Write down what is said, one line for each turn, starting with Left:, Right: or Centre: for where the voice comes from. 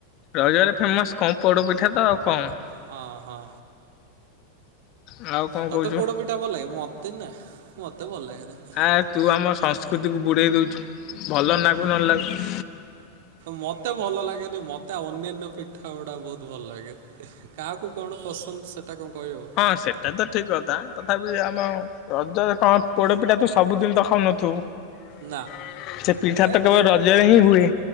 Left: ରଜରେ ଫେମସ୍ କଣ ପୋଡ଼ପିଠା ତ ଆଉ କଣ?
Right: ହଁ ହଁ।
Left: ଆଉ କଣ କହୁଛୁ
Right: ତତେ ପୋଡ ପିଠା ଭଲ ଲାଗେ ମତେ ନା ମତେ ଭଲ ଲାଗେ ନାଁ।
Left: ଆ ତୁ ଆମ ସଂସ୍କୃତିକୁ ବୁଡ଼େଇ ଦେଉଚୁ ଭଲ ଲାଗୁ ନ ଲାଗୁ।
Right: ମତେ ଭଲ ଲାଗେନି ମତେ ଅନ୍ୟାନ୍ୟ ପିଠା ଗୁଡା ବହୁତ ଭଲ ଲାଗେ। କାହାକୁ କଣ ପସନ୍ଦ ସେଟା କଣ କହି ହବ।
Left: ହଁ ସେଟା ତ ଠିକ୍ କଥା ତଥାପି ଆମ ରଜ ରେ କଣ ପୋଡପିଠା ତୁ ସବୁଦିନ ତ ଖାଉନଥିବୁ। <unintelligible>
Right: ନା।
Left: ସେ ପିଠା
Right: ଏ
Left: ତ
Right: କେ
Left: କେବଳ ରଜରେ ହିଁ ହୁଏ।